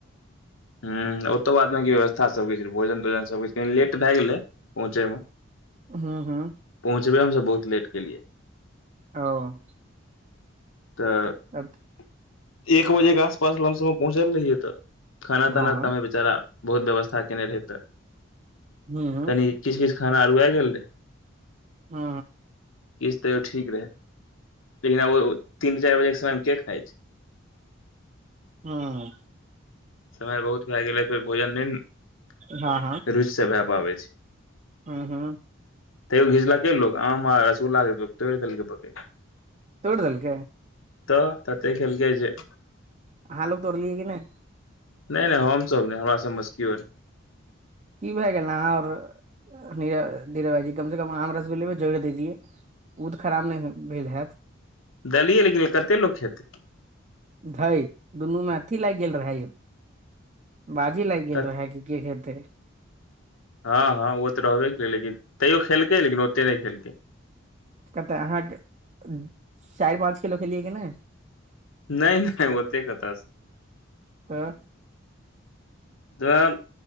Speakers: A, on the left; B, on the right.
A: ह ओतौ बाद बाकी व्यवस्था सब की रहै भोजन तोजन सबकिछ कनि लेट भए गेलै पहुँचैमे
B: हु हु
A: पहुँचबे हम सब बहुत लेट केलिए
B: <unintelligible>
A: तऽ
B: <unintelligible>
A: <inaudible> एक बजे कऽ आसपास लम सम म पहुँचै रहियै तऽ खाना
B: हँ
A: ताना
B: हँ
A: तऽ बेचारा बहुत व्यवस्था केने रहे तऽ <inaudible>
B: हूँ
A: कनि
B: हूँ
A: किछ किछ खाना अरुऐल गेल रहे
B: हू
A: किछ तैयो ठीक रहे <inaudible> लेकिन आब ओ तीन चाइर बजे केँ समय में केँ खाइ छै
B: हँ
A: समय बहुत भैऽ गेलै फेर भोजन नै न <inaudible>
B: हँ
A: रुचि से भए पाबै छै
B: हु हु
A: तैयो घिचलकै लोक आम आ रसुल्ला तोड़ देलक पकड़
B: दोड़ दलकेँ
A: तऽ ततै खेलकै जे
B: अहाँ लोग तोड़लियै कि नै
A: नै नै हम सभ नै हमरा सभ में से केओ नै
B: की भए गेल अहाँऔर <inaudible> नी नीरभाईजी कम से कम आम रसगुल्ले भ जोड़ दे दियए ओत खराब नै हो भेल होैत
A: देलियै लेकिन कतेक लोक खेतै
B: धय दुनू में अथी लाइग गेल रहै यौ बाजी लाइए गेल
A: कते
B: रहै कि केँ खेतै
A: हँ हँ ओ तऽ रहबे कै लेकिन तैयो खेलकै लेकिन ओते नै खेलकै
B: कतऽ अहाँकेँ <inaudible> चाइर पाँच किलो खेलियै कि नै
A: नै नै ओते कत स
B: तऽ
A: <inaudible> जाम